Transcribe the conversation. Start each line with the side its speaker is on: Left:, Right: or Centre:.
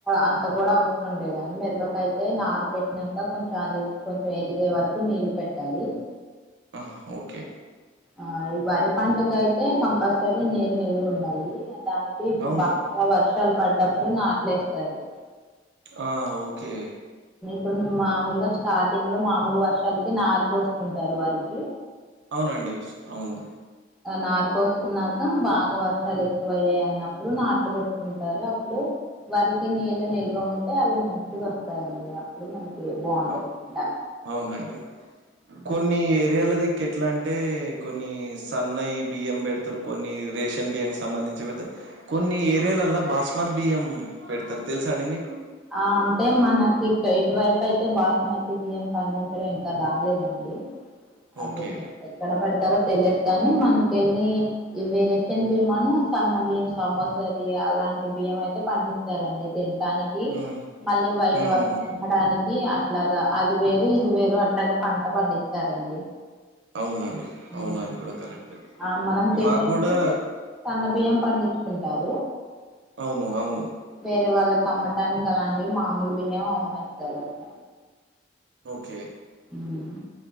Centre: అంత కూడా అవసరం లేదండి మిరపకయితే నారు పెట్టినాక కొంచెం అది కొంచెం ఎదిగే వరకు నీళ్లు పెట్టాలి
Right: ఆ ఓకే
Centre: ఆ ఈ వరి పంటకయితే కంపల్సరీ నీరు నిల్వ ఉండాలి దానికి ఇప్పుడు
Right: అవును
Centre: బాగా వర్షాలు పడ్డప్పుడు నాట్లేస్తారు
Right: ఆ ఓకే
Centre: ఇప్పుడు మామూలుగా స్టార్టింగ్ లో మామూలు వర్షాలకి నారు కోస్తుంటారు వరికి
Right: అవునండి అవును
Centre: నారు కోసుకున్నాక బాగా వర్షాలు ఎక్కువ అయ్యాయి అన్నప్పుడు నాట్లు పెట్టుకుంటారు అప్పుడు వరికి నీళ్ళ నిల్వ ఉంటే అవి మంచిగా వస్తాయండి అప్పుడు మనకి బాగుంటది
Right: ఆ
Centre: పంట
Right: అవునండి కొన్ని ఏరియాల ది క్కు ఎట్లా అంటే కొన్ని సన్నయి బియ్యం పెడతారు కొన్ని రేషన్ బియ్యనికి సంబంధించి పెడతారు కొన్ని ఏరియాలల్ల బాస్మత్ బియ్యం పెడతారు తెలుసా అండి మీకు
Centre: ఆ అంటే మనకి ఇ ఇటువైపు అయితే బాస్మతి బియ్యం పండించడం ఇంకా రాలేదండి, అవి
Right: ఓకే.
Centre: ఎక్కడ పెడతరో తెలిదు కాని మనకెళ్ళి ఇవి రేషన్ బియ్యమాను సన్న బియ్యం సమైసరి అలా లాంటి బియ్యం అయితే పండిస్తారండి తినటానికి
Right: హ్మ్.
Centre: మళ్ళీ బయట
Right: హ్మ్.
Centre: వాళ్ళుకి అమ్మాడానికి అట్లాగా అది వేరు ఇది వేరు అట్లాగా పంట పండిస్తారండి,
Right: అవునండి
Centre: ఉమ్.
Right: అవును అది కూడా కరెక్ట్
Centre: ఆ మనం తింటానికి
Right: మా కూడా
Centre: సన్న బియ్యం పండించుకుంటారు,
Right: అవును. అవును.
Centre: వేరే వాళ్ళకు అమ్మటానికి అలాంటివి మామూలు బియ్యం అమ్మెస్తారు అట్ల
Right: ఓకే
Centre: ఉమ్